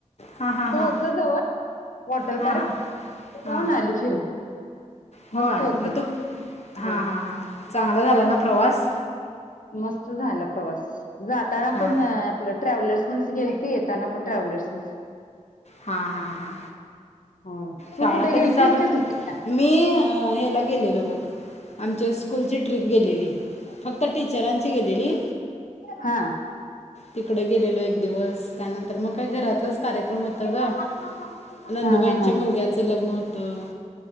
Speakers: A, on the left; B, on the left.
A: हां हां
B: तिथं
A: हां
B: होत जवळ वॉटर
A: हां
B: पार्क.
A: हां
B: जाऊन
A: हां
B: आली फिरुन.
A: होय
B: मस्त होत
A: मग तुम हां
B: हो
A: हां हां चांगला झाला ना प्रवास.
B: मस्त झाला प्रवास जाताना
A: हां
B: पण अं आपलं ट्रॅव्हलर्स तू गेलती येताना पण ट्रॅव्हलर्स ने
A: हा हा हा
B: हो तू
A: शाळा
B: कुठे
A: कधी
B: गेलतीस
A: चालू
B: का सुट्टीला?
A: मी अं हेला गेलेलो बघ आमच्या स्कूलची ट्रीप गेलेली फक्त टीचरांची गेलेली
B: हां
A: तिकडे गेल्यालो बस त्यानंतर मग काय घरातलाच कार्य काम होतं
B: हा
A: ग नंदुबाईंच्या
B: हा हा
A: मुलग्याचं लग्न होतं